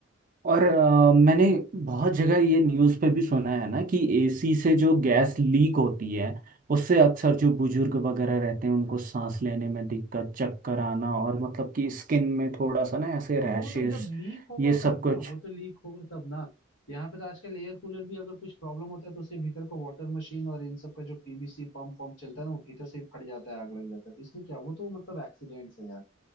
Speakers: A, on the right; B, on the left.
A: और अ, मैंने बहुत जगह ये न्यूज़ पे भी सुना है ना कि एसी से जो गैस लीक होती है उससे अक्सर जो बुजुर्ग वगैरह रहते हैं उनको सांस लेने में दिक्कत चक्कर आना और मतलब कि स्किन में थोड़ा सा ना ऐसे
B: तो
A: रैशेस
B: वो तो जब लीक होगा
A: ये सब
B: तब ना
A: कुछ
B: वो तो लीक होगा तब ना यहाँ पे तो आजकल एयर कूलर भी अगर कुछ प्रॉब्लम होता है तो उसके भीतर को वाटर मशीन और इन सब का जो पीवीसी पंप पंप चलता है ना वो भीतर से ही फट जाता है आग लग जाता है तो इसमें क्या वो तो मतलब एक्सीडेंट्स है यार